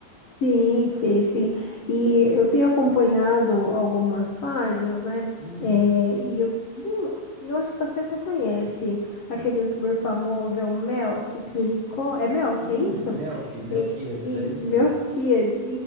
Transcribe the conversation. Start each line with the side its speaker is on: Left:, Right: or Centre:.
Left: Sim, Fê, sim. E eu tenho acompanhado algumas páginas, né?
Right: Hum.
Left: É, e eu vi, eu acho que você até conhece aquele youtuber famoso, é o Melk, que ele co- é Melk,
Right: Hum,
Left: é isso?
Right: Melk, Melquíades,
Left: E, e
Right: é ele
Left: Melquiades,
Right: mesmo.
Left: isso.